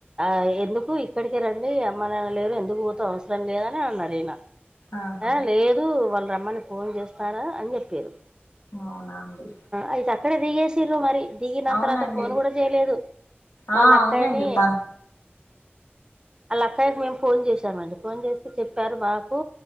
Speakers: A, on the right; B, on the left.
A: ఆ ఎందుకు ఇక్కడికే రండి అమ్మానాన్న లేరు ఎందుకు పోతావ్ అవసరం లేదని అన్నారు ఈయన
B: ఆహా
A: ఆ లేదు వాళ్ళు రమ్మని ఫోన్ చేస్తారా అని చెప్పిర్రు
B: అవునా అండి
A: అయితే అక్కడే దిగేసిర్రు మరి దిగిన
B: అవునండి
A: తర్వాత ఫోన్ కూడా చేయలేదు వాళ్ళ
B: ఆ
A: అక్కయిని
B: అవునండి మా
A: వాళ్ళ అక్కాయకి మేము ఫోన్ చేసామండి ఫోన్ చేస్తే చెప్పారు మాకు